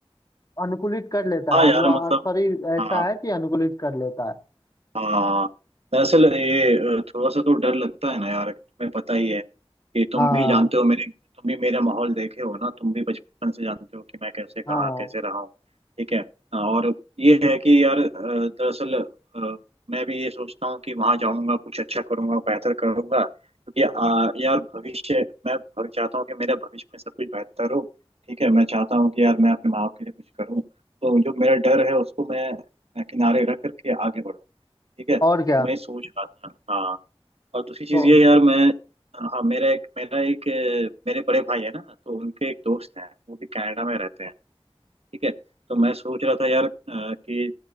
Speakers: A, on the left; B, on the right.
A: अनुकूलित कर लेता
B: हाँ
A: है हम
B: यार
A: लोग हमारा
B: मतलब
A: शरीर ऐसा
B: हाँ
A: है कि अनुकूलित कर लेता है
B: हाँ दरअसल ये अ, थोड़ा सा तो डर लगता है ना यार तुम्हें पता ही है कि तुम
A: हाँ
B: भी जानते हो मेरे तुम भी मेरा माहौल देखे हो ना तुम भी बचपन से जानते हो कि मैं कैसे कहाँ
A: हाँ
B: कैसे रहा हूँ ठीक है और ये है कि यार अ, दरअसल अ, मैं भी ये सोचता हूँ कि वहाँ जाऊँगा कुछ अच्छा करूँगा बेहतर करूँगा क्योंकि अ, यार भविष्य मैं भव- चाहता हूँ कि मेरा भविष्य में सब कुछ बेहतर हो ठीक है मैं चाहता हूँ कि यार मैं अपने माँ बाप के लिए कुछ करूँ तो जो मेरा डर है उसको मैं किनारे रख करके आगे बढ़ूँ ठीक है
A: और क्या
B: मैं सोच रहा था हाँ और दूसरी चीज़
A: तो
B: ये यार मैं हाँ मेरा एक मेरा एक अ, मेरे बड़े भाई है ना तो उनके एक दोस्त हैं वो भी कनाडा में रहते हैं ठीक है तो मैं सोच रहा था यार अ, कि